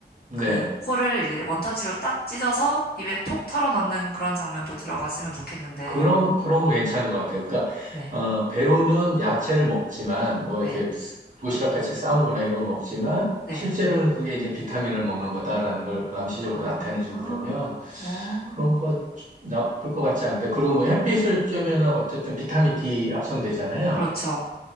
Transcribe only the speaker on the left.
그 포를 이렇게 원터치로 딱 찢어서 입에 톡 털어 넣는 그런 장면도 들어갔으면 좋겠는데,
네,
네,
네.
아,
어,
그렇죠.